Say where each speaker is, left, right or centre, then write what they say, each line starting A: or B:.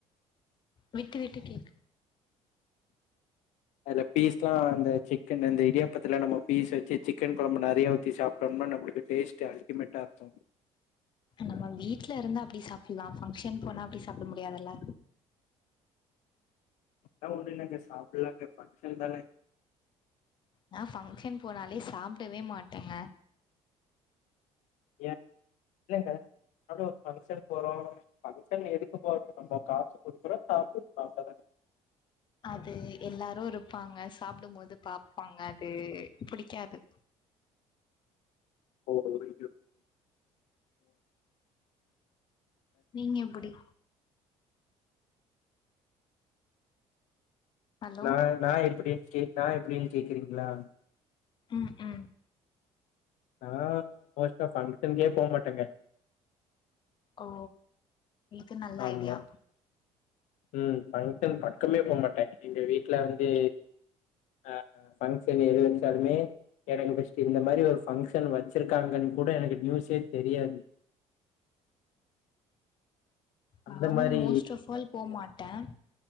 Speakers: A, on the left; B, on the left.
A: விட்டு விட்டு கேக்
B: அதுல பீஸ்ல்லா அந்த சிக்கன் இந்த இடியாப்பத்துல நம்ம பீஸ் வச்சு சிக்கன் கொழம்பு நெறைய ஊத்தி சாப் டோம்னா நம்மளுக்கு டேஸ்ட் அல்டிமேட்டா இருக்கு
A: நம்ம வீட்டுல இருந்தா அப்டி சாப்புலா ஃபங்க்ஷன் போனா அப்டி சாப்ட முடியாதுல்ல
B: அதல்லா ஒன்னுல்லங்க சாப்பிலாங்க ஃபங்ஷன் தானே
A: நா ஃபங்க்ஷன் போனாலே சாப்டவே மாட்டேங்க
B: ஏ இல்லைங்க அப்டி ஒரு ஃபங்க்ஷன் போறோ ஃபங்ஷன் எதுக்கு போறது நம்ப காசு கொடுக்குறோ சாப்ட்ரோ அவ்ளோ தா
A: அது எல்லாரு இருப்பாங்க சாப்டும் போது பாப்பாங்க அது புடிக்காது
B: சொல்லு தோழி
A: நீங்க எப்டி ஹலோ
B: நா நா எப்டினு கேட்டா நா எப்டின்னு கேக்குறீங்ளா
A: ம் ம்
B: நா மோஸ்ட்டா ஃபங்க்ஷன்கே போ மாட்டேங்க
A: ஓ இது நல்ல
B: ஆமா
A: ஐடியா
B: ம் பங்ஷன் பக்கமே போ மாட்டே எங்க வீட்டுல வந்து அ ஃபங்க்ஷன் எது வச்சாலுமே எனக்கு ஃபஸ்ட்டு இந்த மாரி ஒரு பங்க்ஷன் வச்சிருக்காங்கன் கூட எனக்கு நியூஸே தெரியாது அந்த
A: நானு
B: மாரி
A: மோஸ்ட் ஆஃப் ஆல் போ மாட்டே